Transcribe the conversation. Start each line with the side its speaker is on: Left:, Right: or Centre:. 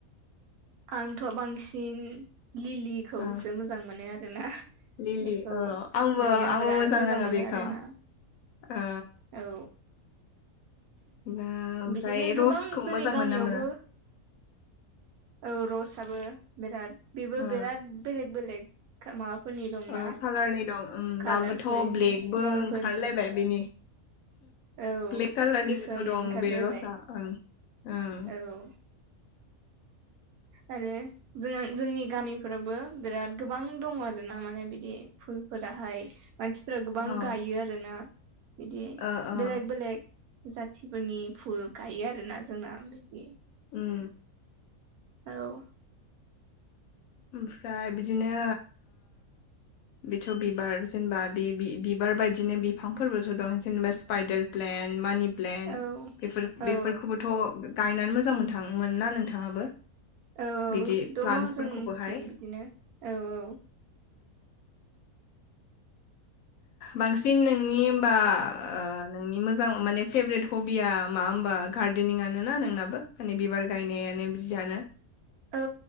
Right: आंथ' बांसिन लिलिखौसो
Left: ओ
Right: मोजां मोनो आरोना।
Left: लिलि
Right: बेखौ
Left: औ आंबो
Right: माने आं
Left: आंबो
Right: बिराद मोजां
Left: नाङो
Right: मोनो
Left: बेखौ
Right: आरोना।
Left: ओ
Right: औ
Left: ना ओमफ्राय
Right: बिदिनो गोबां
Left: रसखौ
Right: जोंनि
Left: मोजां
Right: गामियावबो
Left: मोनो ना मोना
Right: औ रसाबो बिराद बेबो
Left: ओ
Right: बिराद बेलेग बेलेग माबाफोरनि दं
Left: ओ
Right: ना
Left: कालारनि दं ओं
Right: कालारफोरनि
Left: दाबोथ' ब्लेकबो
Right: रंफोरनि
Left: ओंखारलायबाय बेनि
Right: औ
Left: ब्लेक कालारनिबोथ'
Right: गोसोम
Left: दं
Right: ओंखारलायबाय
Left: बे रस आ ओं ओं
Right: औ आरो जों जोंनि गामिफोरावबो बिराद गोबां दङ आरोना माने बिदि फुलफोराहाय मानसिफोरा गोबां
Left: औ
Right: गायो आरोना बिदि
Left: ओ ओ
Right: बेलेग बेलेग जाथिफोरनि फुल गायो आरोना जोंना बेदि
Left: उम
Right: औ
Left: ओमफ्राय बिदिनो बेथ' बिबार जेनेबा बे बिबार बायदिनो बिफांफोरबोथ' दं जेनेबा स्पाइदार प्लेन मानि प्लेन
Right: औ
Left: बे बेफोरखौबोथ'
Right: औ
Left: गायनानै मोजां मोनथां मोनो ना नोंथाङाबो
Right: औ
Left: बिदि प्लान्टसफोरखौबोहाय
Right: दङ जोंथिं बिदिनो औ औ
Left: बांसिन नोंनि बा ओ नोंनि मोजां माने फेभरेट हबिया मा होमबा गार्देनिंयानो ना नोंनाबो? माने बिबार गायनायानो बियानो
Right: औ